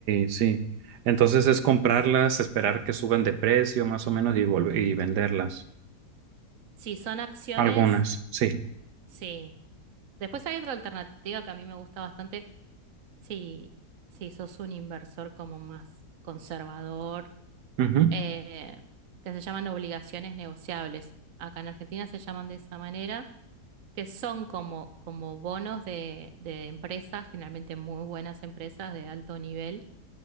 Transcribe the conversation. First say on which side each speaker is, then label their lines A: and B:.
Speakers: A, on the right; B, on the right.
A: sí. Entonces es comprarlas, esperar que suban de precio más o menos y volver y venderlas.
B: Si son acciones,
A: Algunas, sí.
B: sí. Después hay otra alternativa que a mí me gusta bastante. Si, si sos un inversor como más conservador,
A: Ujú.
B: eh, que se llaman obligaciones negociables. Acá en Argentina se llaman de esa manera que son como, como bonos de, de empresas, generalmente muy buenas empresas de alto nivel,